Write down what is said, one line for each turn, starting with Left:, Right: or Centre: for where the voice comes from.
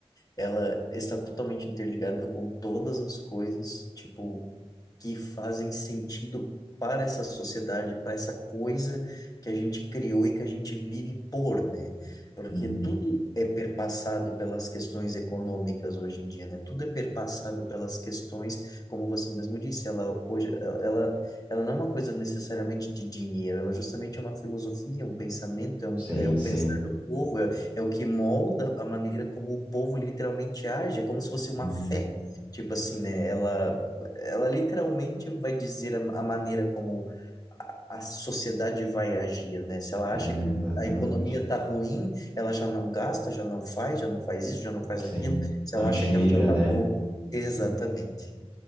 Left: ela está totalmente interligada com todas as coisas, tipo, que fazem sentido para essa sociedade, para essa coisa que a gente criou e que a gente vive por, né? Porque
Right: Uhum.
Left: tudo é perpassado pelas questões econômicas hoje em dia, né? Tudo é perpassado pelas questões, como você mesmo disse, ela hoje ela, ela, ela não é uma coisa necessariamente de dinheiro, ela justamente é uma filosofia, um pensamento, é, um,
Right: Sim,
Left: é o
Right: sim.
Left: pensar do povo, é é o que molda a maneira como o povo literalmente age, é como se fosse uma
Right: Uhum.
Left: fé. Tipo assim, né? Ela, ela literalmente vai dizer a, a maneira como a, a sociedade vai agir, né? Se ela
Right: É,
Left: acha que
Right: exatamente.
Left: a economia tá ruim, ela já não gasta, já não faz, já não faz isso, já não faz
Right: Sim.
Left: aquilo. Se
Right: Não
Left: ela
Right: gira,
Left: acha que ela já tá
Right: né?
Left: boa. Exatamente.
Right: Uhum.